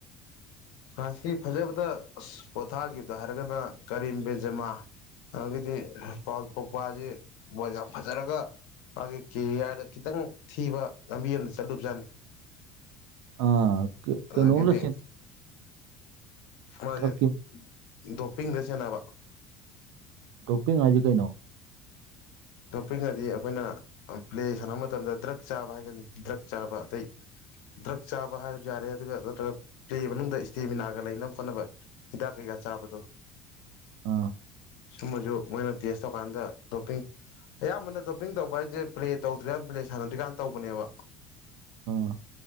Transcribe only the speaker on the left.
ꯐ꯭ꯔꯥꯟꯁꯀꯤ ꯐꯖꯕꯗ ꯄꯣꯊꯥꯈꯤꯕꯗ ꯍꯥꯏꯔꯒꯅ ꯀꯔꯤꯝ ꯕꯦꯟꯖꯦꯃꯥ ꯑꯗꯒꯤꯗꯤ ꯄꯥꯎ ꯄꯣꯛꯄꯁꯤ ꯃꯣꯏ ꯌꯥꯝ ꯐꯖꯔꯒ ꯃꯥꯒꯤ ꯀꯦꯔꯤꯌꯥꯔꯗ ꯈꯤꯇꯪ ꯊꯤꯕ ꯂꯝꯕꯤ ꯑꯃꯗ ꯆꯠꯂꯨꯕꯖꯥꯠꯅꯤ
ꯑꯗꯒꯤꯗꯤ ꯃꯥꯁꯦ
ꯗꯣꯞꯄꯤꯡꯗ ꯁꯦꯟꯅꯕ
ꯑꯣꯞꯄꯤꯉꯗꯤ ꯑꯩꯈꯣꯏꯅ ꯄ꯭ꯂꯦ ꯁꯥꯟꯅꯕ ꯃꯇꯝꯗ ꯗ꯭ꯔꯛ ꯆꯥꯕ ꯍꯥꯏꯒꯅꯤ ꯗ꯭ꯔꯛ ꯆꯥꯕ ꯑꯇꯩ ꯗ꯭ꯔꯛ ꯆꯥꯕ ꯍꯥꯏꯔꯁꯨ ꯌꯥꯔꯦ ꯑꯗꯨꯒ ꯅꯠꯇ꯭ꯔꯒ ꯐꯦ ꯃꯅꯨꯡꯗ ꯏꯁꯇꯦꯃꯤꯅꯥꯒ ꯂꯩꯅꯕ ꯈꯣꯠꯅꯕ ꯍꯤꯗꯥꯛ ꯀꯩ ꯀꯩ ꯆꯥꯕꯗꯣ
ꯁꯨꯝꯕꯁꯨ ꯃꯣꯏꯅ ꯇꯦꯁ ꯇꯧꯀꯥꯟꯗ ꯇꯣꯞꯄꯤꯡ ꯑꯌꯥꯝꯕꯅ ꯗꯣꯞꯄꯤꯡ ꯇꯧꯕ ꯍꯥꯏꯁꯦ ꯄ꯭ꯂꯦ ꯇꯧꯗ꯭ꯔꯤꯀꯥꯟꯗ ꯄ꯭ꯂꯦ ꯁꯥꯟꯅꯗ꯭ꯔꯤꯀꯥꯟꯗ ꯇꯧꯕꯅꯦꯕ